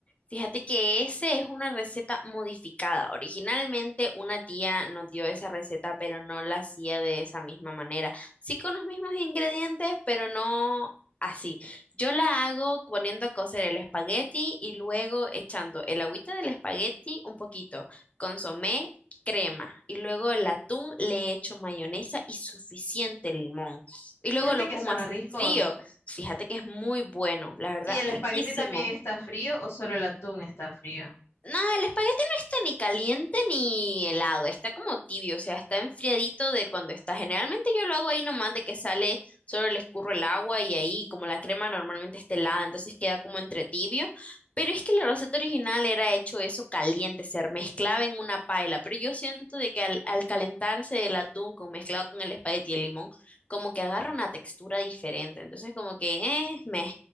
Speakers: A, on the left (about 30°); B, on the left (about 85°).
A: Fíjate que ese es una receta modificada. Originalmente una tía nos dio esa receta, pero no la hacía de esa misma manera. Sí con los mismos ingredientes, pero no así. Yo la hago poniendo a cocer el espagueti y luego echando el agüita del espagueti un poquito, consomé, crema y luego el atún le echo mayonesa y suficiente limón. Y luego
B: Fíjate
A: lo
B: que
A: como
B: suena
A: así
B: rico.
A: frío. Fíjate que es muy bueno, la verdad,
B: ¿Y el
A: riquísimo.
B: espagueti también está frío o solo el atún está frío?
A: No, el espagueti no está ni caliente ni helado, está como tibio, o sea, está enfriadito de cuando está. Generalmente yo lo hago ahí nomás de que sale, solo le escurro el agua y ahí como la crema normalmente está helada, entonces queda como entre tibio. Pero es que la receta original era hecho eso caliente, se mezclaba en una paila, pero yo siento de que al, al calentarse el atún con mezclado con el espagueti y el limón, como que agarra una textura diferente, entonces como que, eh, meh.